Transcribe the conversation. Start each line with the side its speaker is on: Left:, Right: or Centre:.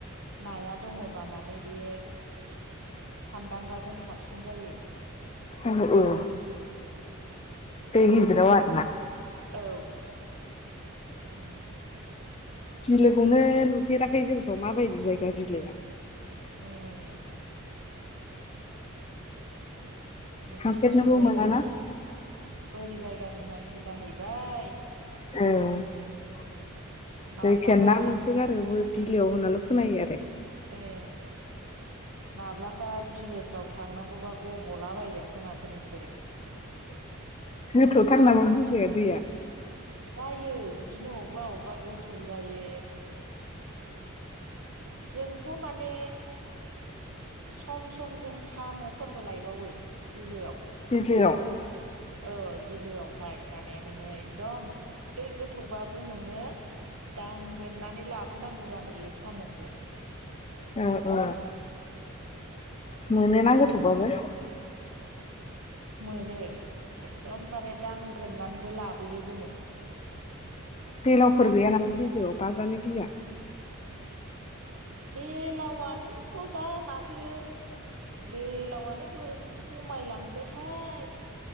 Right: नाया दङबा माने बेयो सान्दांगाजों साबसिन जायो
Left: औ औ दै गिदिराव आरो ना
Right: औ
Left: बिलोखौनो नुफेराखै जोंथ' माबायदि जायगा बिलोआ
Right: उम नोंसोर
Left: थांफेरनोबो
Right: बोरि जायगानि
Left: मोनाना
Right: बोरि जायगानि मानसि जाहैबाय
Left: औ
Right: माब्लाबा
Left: जायखिजाया ना मोनसोगारो बिलोआव होनल' खोनायो आरो
Right: ए माब्लाफा बिलोफ्राव थांनांगौबा गब'लाबायायगोनसो माथो नोंसोरो
Left: गोथौथार नामा बिलोआ दैया?
Right: जायो बिदिनो अबेबा अबेबा गोथौ जायो जोंथ' माने सम सम जों साम'फोरबो लायबावो बिलोआव
Left: <unintelligible>
Right: औ बिलोआवहाय माने नोङो एकदम दै गोथौबाबो नोङो दांग्रोमनानै लाबोनांगौ जाहैयो साम'खौ
Left: औ औ मोनोना गोथौबाबो
Right: मोनो एकदमबारे दांग्रोमनानैबो लाबोयो जोङो
Left: बेलावफोर गैया नामा बिलोआव बाजानो गिया?
Right: बेलावआनोथ' दा माथो बेलावनो बोरै खमायलांखोथाय